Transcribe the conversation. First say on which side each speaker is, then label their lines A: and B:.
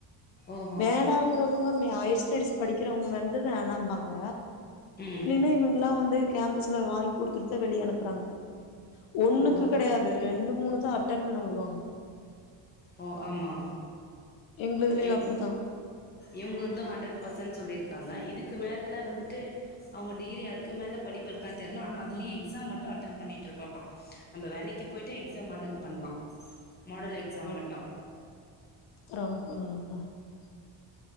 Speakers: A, on the left; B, on the left.
A: ஓஹோ
B: வேணாங்கறவங்க <unintelligible> ச்சடிஸ் படிக்கிறவங்க வந்து வேணாம்பாங்க
A: ம்
B: இல்லீனா இவுங்கல்லா வந்து கேம்பஸ்ல வாய்ங் குடுத்துட்டுத்தா வெளியனுப்புறாங்க ஒண்ணுக்கு
A: ஓஹோ
B: கெடையாது ரெண்டு மூணு தா அட்டன் பண்ண உடுவாங்க
A: ஓ ஆமா
B: எங்களுதுலலா
A: இவ்
B: அப்படித்தா
A: இவ்ங்குள்து ஹண்ரட் ப த்தன் சொல்லிர்க்காங்க இதுக்கு மேல வந்துட்டு அவுங்க டிகிரி அதுக்கு மேல படிப்பு இருக்கான் தெர்ல ஆனா அதுலியு எக்ஸாம் மட்டு அட்டன் பண்ணிட்டு <inaudible> நம்ப வேலைக்கி போய்ட்டே எக்ஸாம் அட்டன் பண்லா மாடூல் எக்ஸாம் மட்
B: <unintelligible>